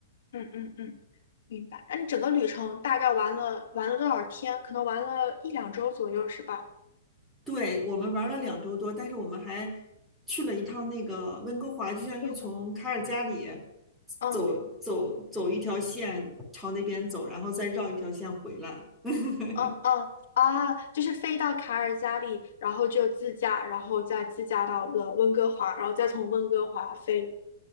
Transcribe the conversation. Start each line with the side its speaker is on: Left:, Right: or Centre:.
Left: 嗯嗯嗯，明白。那你整个旅程大概玩了玩了多少天？可能玩了一两周左右，是吧？
Centre: 对，我们玩了两周多，
Left: 嗯，
Centre: 但是我们还去了一趟那个温哥华，就相当于从卡尔加里
Left: 会滑。嗯
Centre: 走走走一条线朝那边走，然后再绕一条线回来。<laughs>
Left: 嗯嗯啊，就是飞到卡尔加里，然后就自驾，然后再自驾到了温哥华，然后再从温哥华飞，